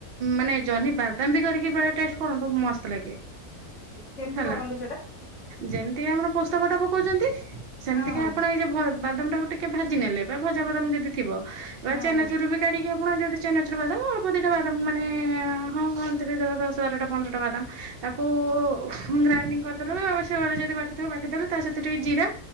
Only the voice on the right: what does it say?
ମାନେ ଜହ୍ନି ବାଦାମ ବି କରିକି ବେଲେ ଟେଷ୍ଟ କରନ୍ତୁ ମସ୍ତ ଲାଗେ।
ହେଲା
ଯେମିତିକି ଆମର ପୋସ୍ତ ପଟା ପକଉଛନ୍ତି ସେମିତି
କି ଆପଣ ଏଇ ବାଦାମ ଟାକୁ ଟିକେ ଭାଜି ନେଲେ ବା ଭଜା ବାଦାମ ଯଦି ଥିବ ବା
ଚେନାଚୁରୁ
ବି କାଢିକି ଆପଣ ଯଦି ଚେନାଚୁରୁ ବାଦମ ଅଳ୍ପ ଦିଟା ବାଦମ ମାନେ ଏ ହଁ ହଁ କଣଥିରେ ଦଶ ବାରଟା ପନ୍ଦରଟା ବାଦାମ ତାକୁ ଗ୍ରାଇଣ୍ଡିଙ୍ଗ୍ କରିଦେଲେ ସିଳ ରେ ଯଦି ବାଟିଥିବେ ବାଟିଦେଲେ ତା ସହିତ ଟିକେ ଜିରା,